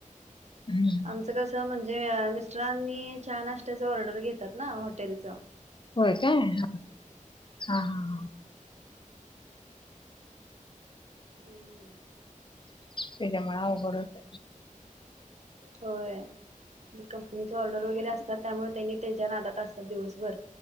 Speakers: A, on the left; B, on the right.
A: हं.
B: आमचं कस म्हणजे मिस्टरांनी चहा नाश्ताच ऑर्डर घेतात ना, हॉटेलच.
A: व्हय काय हा हा हा.
B: हम्म,
A: त्याच्यामुळे अवघड होतय.
B: होय. कंपनीचे ऑर्डर वगैरे असतात. त्यामुळे त्यांनी त्यांच्या नादात असतात दिवसभर